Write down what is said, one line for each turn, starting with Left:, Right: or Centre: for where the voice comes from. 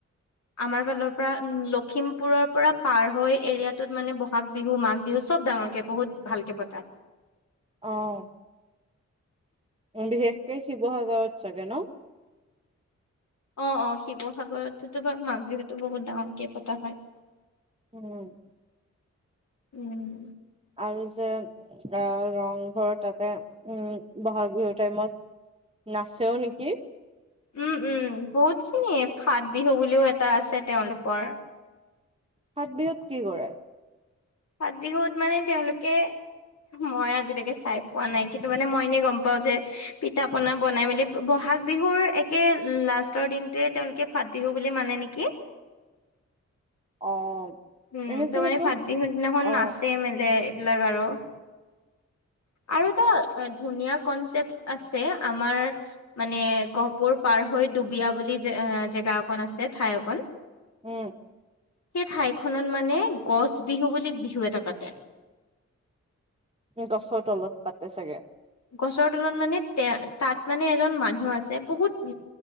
Left: আমাৰ ফালৰ পৰা লখিমপুৰৰ পৰা পাৰ হৈ এৰিয়াটোত মানে বহুত <unintelligible> মাঘ বিহু মাঘ বিহু চব ডাঙৰকে বহুত ভালকে পতা হয়
Right: অঁ বিশেষকে শিৱসাগৰৰত চাগে ন
Left: অ অ শিৱসাগৰততো বাৰু মাঘ বিহুতো বহুত ডাঙৰকে পতা হয় <unintelligible>
Right: উম
Left: উম
Right: আৰু যে আহ ৰংঘৰ তাতে উম বহাগ বিহুৰ টাইমত নাচেও নেকি
Left: উম উম বহুত খিনিয় ফাত বিহু বুলিও এটা আছে তেওঁলোকৰ
Right: সাতবিহুত কি কৰে
Left: ফাত বিহুত মানে তেওঁলোকে মই আজিলৈকে চাই পোৱা নাই কিন্তু মানে মই এনেই গম পাও যে পিঠা পনা বনাই মেলি বহাগ বিহুৰ একে লাষ্টৰ দিনটোৱে তেওঁলোকে ফাত বিহু বুলি মানে নেকি
Right: অ
Left: উম
Right: এনেতো
Left: তাৰ মানে
Right: সেইটো
Left: ভাত বিহু দিনাখন
Right: অ
Left: নাচে মেলে লাক আৰু আৰু এটা ধুনীয়া কনচেপ্ট আছে আমাৰ মানে গহপুৰ পাৰ হৈ ডুবিয়া বুলি জেগা অকন আছে ঠাই অকন <unintelligible>
Right: উম
Left: সেই ঠাইখনত মানে গছ বিহু বুলি বিহু এটা পাতে
Right: গছৰ তলত পাতে চাগে
Left: গছৰ তলত মানে তে তাত মানে এজন মানুহ আছে বহুত